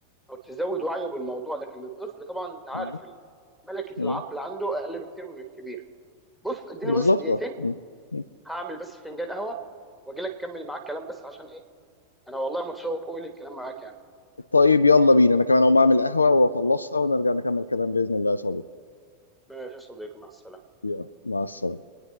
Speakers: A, in the centre; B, on the left.
A: او تزود وعيه بالموضوع لكن الطفل طبعا انت عارف
B: مم.
A: ال- ملكه
B: مم.
A: العقل عنده اقل بكتير من الكبير بص اديني
B: بالظبط
A: بس دقيقتين
B: اه مم. مم.
A: هعمل بس فنجان قهوه واجي لك اكمل معاك كلام بس عشان ايه انا والله متشوق قوي للكلام معاك يعني
B: طيب يلا بينا انا كمان اقوم اعمل قهوه واخلصها ونرجع نكمل الكلام باذن الله يا صديقي
A: ماشي يا صديقي مع السلامه
B: يلا مع السلامه